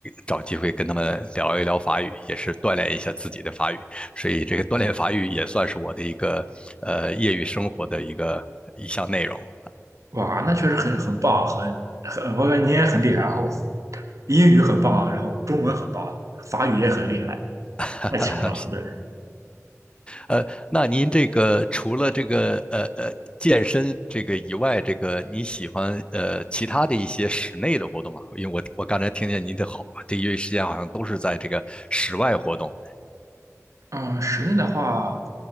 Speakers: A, on the left; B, on the right.
A: 找机会跟他们聊一聊法语，也是锻炼一下自己的法语，所以这个锻炼法语也算是我的一个呃业余生活的一个一项内容。
B: 哇，那确实很很棒，很很，我感觉你也很厉害，然后英语很棒，然后中文很棒，法语也很厉害，
A: <laughs> 哈哈哈。
B: 太强了，对。
A: 呃，那您这个除了这个呃呃健身这个以外，这个你喜欢呃其他的一些室内的活动吗？因为我我刚才听见您的好，这一时间好像都是在这个室外活动。
B: 嗯，室内的话，